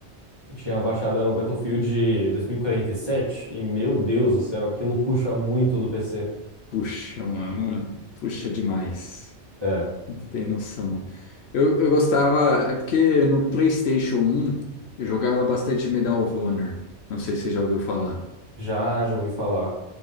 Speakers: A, on the right (about 20°); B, on the left (about 65°).
A: tinha baixado era o Battlefield 2047, e quarenta e sete, e meu Deus do céu, aquilo puxa muito do PC.
B: puxa, mano, mano, puxa demais.
A: É,
B: Não tem noção. Eu, eu gostava. É porque no PlayStation um eu jogava bastante Medal of Honor. Não sei se você já ouviu falar.
A: já, já ouvi falar.